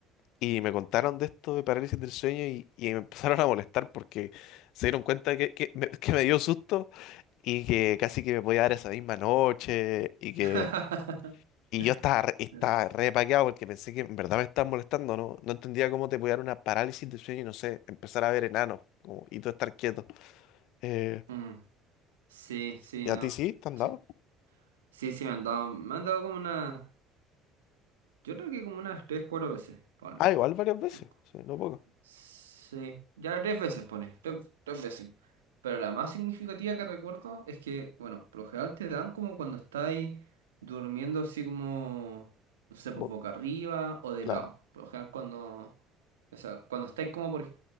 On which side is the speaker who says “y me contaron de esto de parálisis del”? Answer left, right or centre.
Left